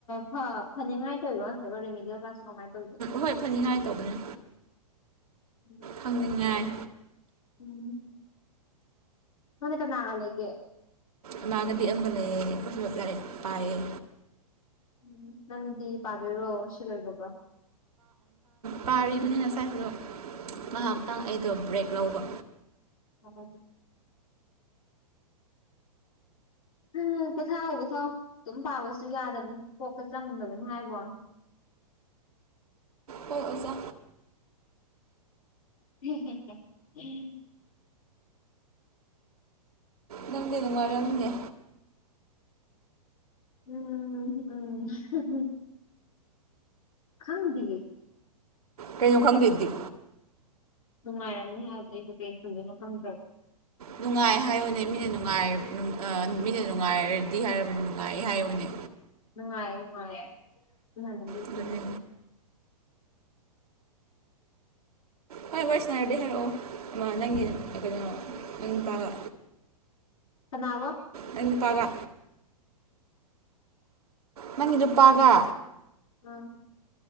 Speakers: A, on the left; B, on the right.
A: ꯐ ꯐꯅꯤꯉꯥꯏ ꯇꯧꯋꯤꯔꯣ ꯅꯠꯇ꯭ꯔꯒ ꯔꯦꯃꯤꯗꯤꯌꯦꯜ ꯀ꯭ꯂꯥꯁ ꯇꯣ ꯀꯃꯥꯏꯅ ꯇꯧꯒꯦ
B: ꯍꯣꯏ ꯐꯅꯤꯉꯥꯏ ꯇꯧꯕꯅꯦ
A: ꯎꯝ
B: ꯐꯪꯅꯤꯡꯉꯥꯏ
A: ꯎꯝ ꯅꯪꯅ ꯀꯅꯥꯒ ꯂꯩꯒꯦ꯫
B: ꯏꯃꯥꯟꯅꯕꯤ ꯑꯃꯒ ꯂꯩꯌꯦ ꯄꯨꯁꯨ ꯂꯥꯏꯔꯤꯛ ꯄꯥꯏꯌꯦ꯫
A: ꯎꯝ ꯅꯪꯗꯤ ꯄꯗꯨꯏꯔꯣ ꯁꯤꯂꯣꯏꯕꯒ꯫
B: ꯄꯥꯔꯤꯕꯅꯤ ꯉꯁꯥꯏꯗꯣ ꯉꯥꯏꯍꯥꯛꯇꯪ ꯑꯩꯗꯣ ꯕ꯭ꯔꯦꯛ ꯂꯧꯕ꯫
A: ꯍ ꯎꯝ ꯄꯣꯊꯥꯎ ꯄꯣꯊꯥꯎ ꯑꯗꯨꯝ ꯄꯥꯕꯁꯨ ꯌꯥꯗꯕꯅꯤ ꯄꯣꯛꯀ ꯆꯪꯗꯕꯅꯤ ꯍꯥꯏꯕꯣ
B: ꯍꯣꯏ ꯑꯣꯖꯥ
A: ꯎꯝ ꯍꯝ ꯎꯝ
B: ꯅꯪꯗꯤ ꯅꯨꯡꯉꯥꯏꯔꯝꯒꯦ
A: ꯎꯝ ꯎꯝ ꯈꯪꯕꯤ
B: ꯀꯩꯅꯣ ꯈꯪꯗꯦꯗꯤ
A: ꯅꯨꯡꯉꯥꯏꯔꯝꯅꯤ ꯍꯥꯏꯕꯗꯩꯁꯨꯦ ꯀꯩ ꯈꯟꯗꯅꯣ ꯐꯪꯈ꯭ꯔꯕꯣ
B: ꯅꯨꯡꯉꯥꯏ ꯍꯥꯏꯌꯨꯅꯦ ꯃꯤꯅ ꯅꯨꯡꯉꯥꯏ ꯃꯤꯅ ꯅꯨꯡꯉꯥꯏꯔꯗꯤ ꯍꯥꯏꯔꯕꯗꯤ ꯅꯨꯡꯉꯥꯏ ꯍꯥꯏꯌꯨꯅꯦ
A: ꯅꯨꯡꯉꯥꯏꯦ ꯅꯨꯡꯉꯥꯏꯦꯅ
B: ꯑꯗꯨꯅꯦ ꯍꯣꯏ ꯋꯥꯏꯁꯅꯔꯗꯤ ꯍꯥꯏꯔꯛꯑꯣ ꯑꯃ ꯅꯪꯒꯤ ꯀꯩꯅꯣ ꯅꯪ ꯅꯨꯄꯥꯒ
A: ꯅꯥꯕ
B: ꯅ ꯄꯒ ꯅꯪꯒꯤ ꯅꯨꯄꯥꯒ
A: ꯑ